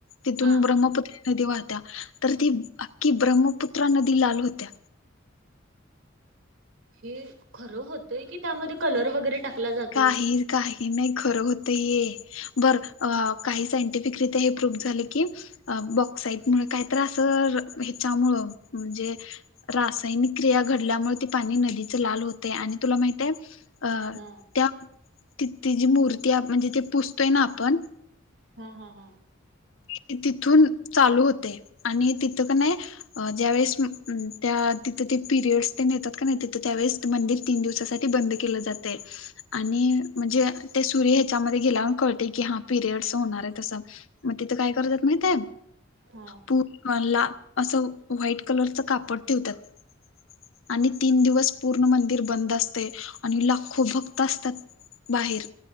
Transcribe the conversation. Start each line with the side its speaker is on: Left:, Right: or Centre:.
Left: तिथून
Right: हा
Left: ब्रहमपुत्रा नदी वाहत्या. तर ती अख्यी ब्रह्मपुत्रा नदी लाल होत्या.
Right: हे खरं होतय की, त्यामध्ये कलर वगैरे टाकला जातोय
Left: काही काही नाही खरं होतय हे. बर काही सायंटिफिकरीत्या हे प्रूफ झाले की, अ बॉक्साइड मुळ, कायतर असं ह्याच्यामुळे. म्हणजे रासायनिक क्रिया घडल्यामुळे ती पाणी नदीच लाल होते. आणि तुला माहिते? अ
Right: हा
Left: त्या तीथं जी मूर्ती म्हणजे ते पुजतोय ना आपण.
Right: ह ह ह.
Left: ते तिथून चालू होतय. आणि तिथं का नाही अ ज्यावेळे त्या तिथं ते पिरियडस ते येतात का नाही. तिथं त्यावेळेस मंदिर तीन दिवसासाठी बंद केलं जातय. आणि म्हणजे ते सूर्य ह्याच्यामध्ये गेल्यावन कळते की, हा पिरियडस होणारेत असं. तिथं काय करतात माहिते?
Right: हा.
Left: पूर्ण ला असं व्हाईट कलरचं कापड ठवतात. आणि तीन दिवस पूर्ण मंदिर बंद असते. आणि लाखो भक्त असतात. बाहेर.